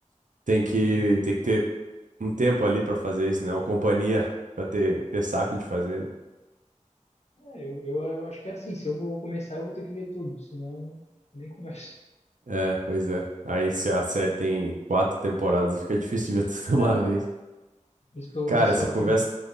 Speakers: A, on the right; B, on the left.
A: Tem que,
B: Hum.
A: tem que ter um tempo ali pra fazer isso, né? Ou companhia pra ter, ter saco de fazer.
B: É, eu, eu, eu acho que é assim, se eu vou começar, eu vou ter que ver tudo, senão eu nem começo.
A: É, pois é. Aí se a série tem quatro temporadas, fica difícil de ver <laughs> tudo de uma
B: É,
A: vez.
B: por isso que eu
A: Cara,
B: vejo
A: essa
B: só
A: conversa,
B: filme.